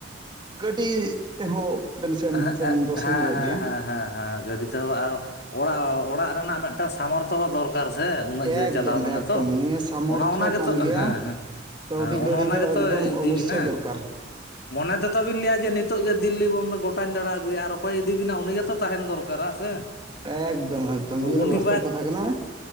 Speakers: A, on the right (about 25°); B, on the left (about 55°).
A: ᱜᱟᱹᱰᱤ ᱛᱮᱦᱚᱸ ᱵᱮᱱ ᱥᱮᱱ,
B: ᱦᱮᱸ
A: ᱥᱮᱱ
B: ᱮᱸᱜ
A: ᱫᱚ
B: ᱦᱮᱸ
A: ᱥᱮᱱᱚᱜᱚᱜ
B: ᱦᱮᱸ
A: ᱜᱮᱭᱟ᱾
B: ᱦᱮᱸ ᱦᱮᱸ ᱜᱟᱹᱰᱤ ᱛᱮᱦᱚᱸ ᱟᱨ ᱚᱲᱟᱜ, ᱚᱲᱟᱜ ᱨᱮᱱᱟᱜ ᱢᱤᱫᱴᱟᱝ ᱥᱟᱢᱚᱨᱛᱷᱚ ᱦᱚᱸ ᱫᱚᱨᱠᱟᱨ ᱫᱚᱨᱠᱟᱨ ᱥᱮ ᱩᱱᱟᱹᱜ ᱡᱷᱟᱹᱞ
A: ᱮᱠᱫᱚᱢ
B: ᱪᱟᱞᱟᱣ ᱢᱟᱱᱮ
A: ᱮᱠᱫᱚᱢ
B: ᱛᱚ
A: ᱱᱤᱭᱟᱹ ᱥᱟᱢᱚᱨᱛᱷᱚ
B: ᱚᱱᱟ ᱜᱮᱛᱚ
A: ᱠᱟᱱ ᱜᱮᱭᱟ
B: ᱦᱮᱸ ᱦᱮᱸ᱾
A: ᱠᱟᱹᱣᱰᱤ
B: ᱮᱸ,
A: ᱠᱟᱹᱣᱰᱤ
B: ᱚᱱᱮ ᱚᱱᱟ
A: ᱫᱚ
B: ᱜᱮᱛᱚᱭ
A: ᱮᱠᱫᱚᱢ
B: ᱤᱫᱤ
A: ᱚᱵᱚᱥᱥᱳᱭ
B: ᱵᱤᱱᱟ᱾
A: ᱫᱚᱨᱠᱟᱨ
B: ᱢᱚᱱᱮ ᱛᱮᱫᱚ ᱵᱤᱱ ᱞᱟᱹᱭᱟ ᱡᱮ ᱱᱤᱛᱚᱜ ᱜᱮ ᱫᱤᱞᱞᱤ, ᱵᱚᱢᱵᱮ ᱜᱚᱴᱟᱧ ᱫᱟᱬᱟ ᱟᱹᱜᱩᱭᱟ ᱟᱨ ᱚᱠᱚᱭ ᱤᱫᱤ ᱵᱮᱱᱟ ᱩᱱᱤ ᱜᱮᱛᱚ ᱛᱟᱸᱦᱮᱱ ᱫᱚᱨ ᱠᱟᱨᱟ ᱥᱮ,
A: ᱮᱠᱫᱚᱢ ᱮᱠᱫᱚᱢ ᱱᱤᱭᱟᱹ ᱫᱚ
B: ᱩᱱᱤ
A: ᱵᱟᱥᱛᱚᱵ
B: ᱵᱟᱭ
A: ᱠᱟᱛᱷᱟ ᱠᱟᱱᱟ